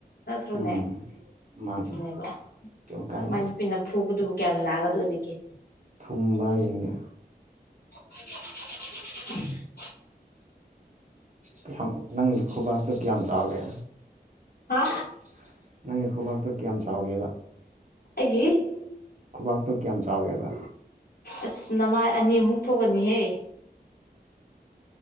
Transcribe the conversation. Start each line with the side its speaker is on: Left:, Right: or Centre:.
Left: ꯅꯠꯇ꯭ꯔꯣꯅꯦ
Right: ꯎꯝ ꯃꯥꯅꯤ
Left: ꯑꯗꯨꯅꯦꯕ
Right: ꯀꯩꯝ ꯀꯥꯏꯗꯦ
Left: ꯃꯥꯏ ꯅꯨꯄꯤꯅ ꯐꯨꯕꯗꯨꯕꯨ ꯀꯌꯥꯝ ꯅꯥꯒꯗꯣꯔꯤꯒꯦ
Right: ꯊꯨꯝꯕ꯭ꯔ ꯌꯦꯡꯒꯦ
Left: <inaudible>
Right: ꯀꯩꯍꯝꯃꯨ ꯅꯪꯒꯤ ꯈꯨꯕꯥꯛꯇꯣ ꯀꯌꯥꯝ ꯆꯥꯎꯒꯦ
Left: ꯍꯥ
Right: <unintelligible> ꯅꯪꯒꯤ ꯈꯨꯕꯥꯛꯇꯣ ꯀꯌꯥꯝ ꯆꯥꯎꯒꯦꯕ
Left: ꯑꯩꯒꯤ
Right: ꯈꯨꯕꯥꯛꯇꯣ ꯀꯌꯥꯝ ꯆꯥꯎꯒꯦꯕ
Left: ꯑꯁ ꯅꯃꯥꯏ ꯑꯅꯤꯃꯨꯛ ꯊꯣꯛꯀꯅꯤꯍꯦ